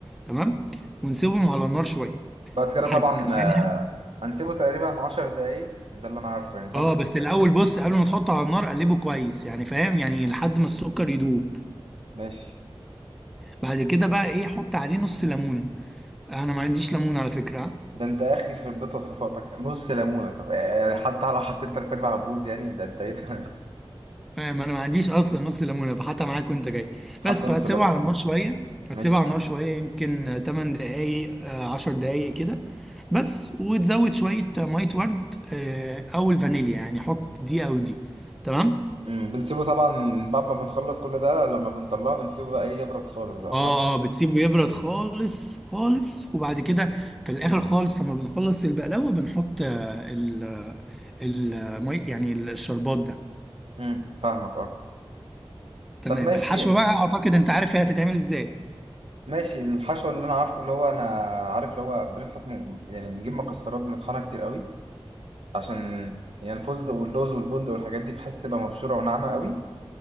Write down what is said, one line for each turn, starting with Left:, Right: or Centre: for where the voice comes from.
Centre: تمام ونسيبهم على النار شويه
Right: بعد كده
Centre: هت
Right: طبعا آه،
Centre: يعني هت
Right: هنسيبه تقريبا عشر دقايق ده اللي انا عارفه يعني صح
Centre: اه بس الاول بص قبل ما تحطه على النار قلبه كويس يعني فاهم يعني لحد ما السكر يدوب
Right: ماشي
Centre: بعد كده بقى ايه حط عليه نص ليمونه انا ما عنديش ليمون على فكره
Right: ده انت يا اخي يخرب بيت وصفاتك نص ليمونه طب آه، يعني حتى لو حطيت تلات ارباع بوز يعني ده انت ايه ده <laughs>
Centre: فاهم انا ما عنديش اصلا نص ليمونه بحطها معاك وانت جاي
Right: حتى
Centre: بس
Right: نص
Centre: وهتسيبه
Right: ليمونه
Centre: على النار
Right: ماشي
Centre: شويه هتسيبه
Right: ماشي
Centre: على النار شويه يمكن 8 دقائق 10 دقائق كده بس وتزود شويه ميه ورد آه، او الفانيليا يعني حط دي او دي تمام
Right: امم بنسيبه طبعا بعد ما بنخلص كل ده لما بنطلعه بنسيبه بقى ايه يبرد خالص بقى
Centre: اه
Right: صح
Centre: اه بتسيبه يبرد خالص خالص وبعد كده في الاخر خالص لما بنخلص البقلاوه بنحط آه، ال ال مي- يعني الشربات ده
Right: امم فاهمك اه
Centre: تمام
Right: طب ماشي
Centre: الحشوه بقى اعتقد انت عارف هي هتتعمل ازاي
Right: ماشي الحشو اللي انا عارفه اللي هو انا عارف اللي هو بنطحن م- يعني بنجيب مكسرات بنطحنها كتير قوي عشان يعني الفستق واللوز والبندق والحاجات دي بحيث تبقى مبشوره وناعمه قوي